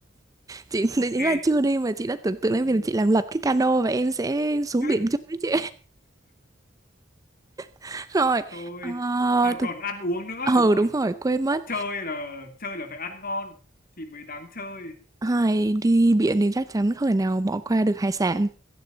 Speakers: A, on the right; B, on the left.
A: chị
B: ok
A: ý là chưa đi mà chị đã tưởng tượng đến
B: ừ.
A: việc là chị làm lật cái cano và em sẽ xuống
B: <laughs>
A: biển chung với chị. <laughs> Rồi.
B: thôi
A: Ờ
B: à,
A: thực
B: còn ăn uống nữa
A: Ừ
B: đúng
A: đúng
B: rồi
A: rồi, quên mất.
B: chơi là chơi là phải ăn ngon thì mới đáng chơi
A: Ai đi biển thì chắc chắn không thể nào bỏ qua được hải sản.